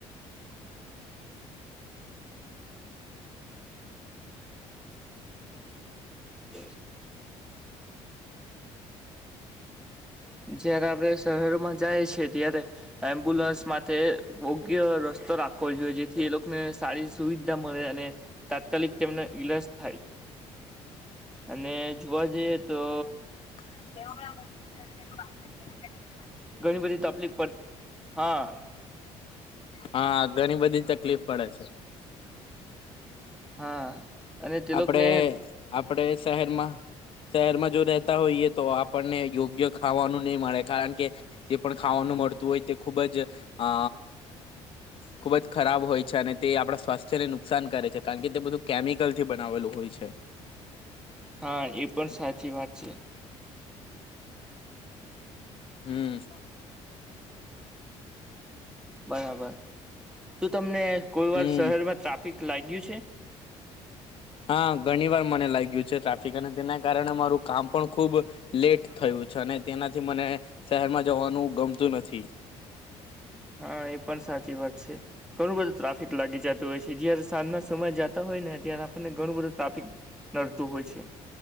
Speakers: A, in the centre; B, on the left (about 45°).
A: <inaudible> જયારે આપડે શહેરોમાં જાય છે ત્યારે એમ્બ્યુલન્સ માટે યોગ્ય રસ્તો રાખવો જોઈએ જે લોકને લોકોને સારી સુવિધા મળે અને તાત્કાલિક તેમનો ઈલાજ થાય અને જોવા જઈએ તો
B: <inaudible>
A: ઘણી બધી તકલીફ પણ હા
B: હા ઘણી બધી તકલીફ પડે છે.
A: હા. અને તે
B: આપડે
A: લોકોને
B: આપડે શહેર માં શહેરમાં જો રહેતા હોઈએ તો આપણને યોગ્ય ખાવાનું નહી મળે કારણ કે જે પણ ખાવાનું મળતું હોય તે ખુબ જ અ ખુબ જ ખરાબ હોય છે અને તે આપડા સ્વાસ્થ્યને નુકસાન કરે છે કારણ કે તે બધું કેમિકલ થી બનાવેલું હોય છે.
A: હા એ પણ સાચી વાત છે.
B: હમ.
A: બરાબર શું તમને કોઈ
B: હમ
A: વાર શહેરમાં તાપ લાગ્યું છે?
B: હા ઘણી વાર મને લાગ્યું છે ટ્રાફિક અને તેના કારણે મારું કામ પણ ખુબ, લેટ થયું છે અને તેનાથી મને શહેરમાં જવાનું ગમતું નથી.
A: હા એ પણ સાચી વાત છે, ઘણું બધું. ટ્રાફિક લાગી જતો હોય જે સાજ સમય જતા હોય ને ત્યારે આપણને ઘણું બધું ટ્રાફિક નડતું હોય છે.